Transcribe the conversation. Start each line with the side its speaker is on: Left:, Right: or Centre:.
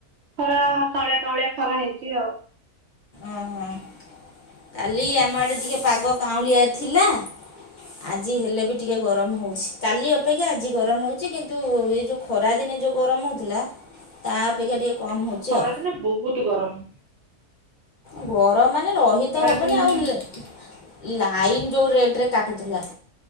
Right: ଖରା <unintelligible> ଖରା ହେଇଛି ଆଉ।
Left: ଓହୋ କାଲି ଆମ ଆଡେ ଟିକେ ପାଗ କାଉଁଳିଆ ଥିଲା ଆଜି ହେଲେ ବି ଟିକେ ଗରମ ହଉଛି, କାଲି ଅପେକ୍ଷା ଆଜି ଗରମ ହଉଛି କିନ୍ତୁ ଏ ଯୋଉ ଖରା ଦି <unintelligible> ଯଉ ଗରମ ହଉଥିଲା ତା ଅପେକ୍ଷା ଟିକେ କମ୍
Right: ହଁ
Left: ହେଉଛି
Right: ଖରାଦିନେ
Left: ଆଉ
Right: ବହୁତ ଗରମ।
Left: ଗରମ ମାନେ ରହିତ
Right: ଖରା
Left: ହବନି
Right: ଦିନେ
Left: ଆଉ ଲାଇନ ଯୋଉ ରେଟରେ କାଟୁଥିଲା